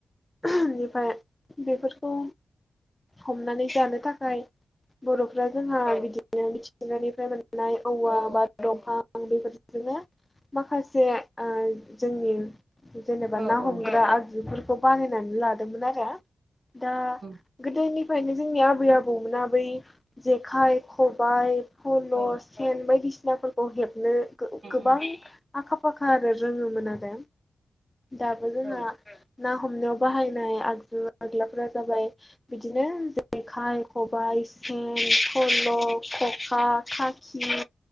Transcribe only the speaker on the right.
औ
औ औ
उम उम
औ उम
उम
औ